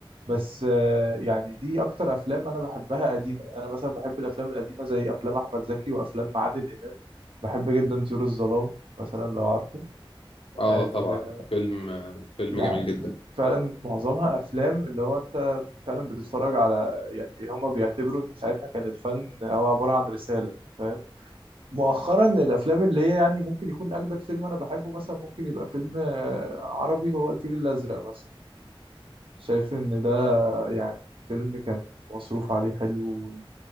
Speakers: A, on the right (about 70°); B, on the left (about 80°).
A: بس آه، يعني دي اكتر افلام انا بحبها قديمه يعني انا مثلا بحب الافلام القديمه زي افلام احمد زكي وافلام عادل امام بحب جدا طيور الظلام مثلا لو عارفه آه
B: اه طبعا فيلم فيلم
A: يعني
B: جميل جدا
A: فعلا معظمها افلام اللي هو انت فعلا بتتفرج على يعني هما بيعتبروا ان ساعتها كان الفن هو عباره عن رساله فاهم مؤخرا الافلام اللي هي يعني ممكن يكون اجدد فيلم انا بحبه مثلا ممكن يبقى فيلم آه، عربي هو الفيل الازرق مثلا شايف ان ده يعني فيلم كان مصروف عليه حلو